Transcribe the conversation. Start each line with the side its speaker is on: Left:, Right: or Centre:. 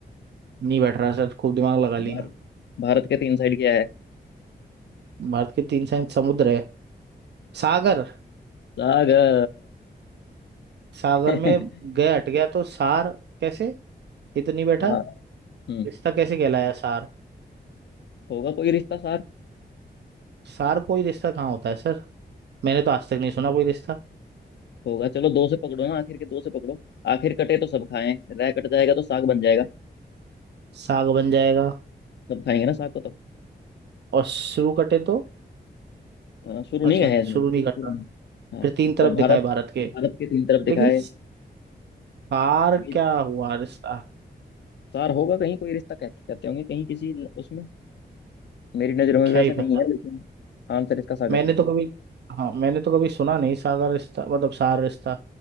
Right: नहीं बैठ रहा सर खूब दिमाग लगा लिया
Left: भार, भारत के तीन साइड क्या है
Right: भारत के तीन साइड समुद्र है सागर
Left: सागर
Right: सागर
Left: <laughs>
Right: में गए हट गया तो सार कैसे ये तो नहीं बैठा
Left: हाँ हम्म
Right: रिश्ता कैसे कहलाया सार
Left: होगा कोई रिश्ता सार
Right: सार कोई रिश्ता कहाँ होता है सर मैंने तो आज तक नहीं सुना कोई रिश्ता
Left: होगा चलो दो से पकड़ो ना आखिर के दो से पकड़ो आखिर कटे तो सब खाएं रह कट जाएगा तो साग बन जाएगा
Right: साग बन जाएगा
Left: सब खाएंगे ना साग को तो
Right: और शुरू कटे तो
Left: हाँ, शुरू
Right: अच्छा
Left: नहीं है इसमें
Right: शुरू
Left: शुरू
Right: नहीं कटा
Left: नहीं
Right: फिर
Left: हाँ
Right: तीन तरफ
Left: और भारत
Right: दिखाए भारत के
Left: भारत के तीन तरफ दिखाए
Right: लेकिन सार
Left: बीच
Right: क्या हुआ रिश्ता
Left: सार होगा कहीं कोई रिश्ता कहते कहते होंगे कहीं किसी ल- उसमें मेरी नजरों में
Right: क्या
Left: वैसे
Right: ही
Left: नहीं
Right: पता
Left: है लेकिन आंसर इसका सागर
Right: मैंने
Left: ही है
Right: तो कभी हाँ मैंने तो कभी सुना नहीं सागर रिश्ता मतलब सार रिश्ता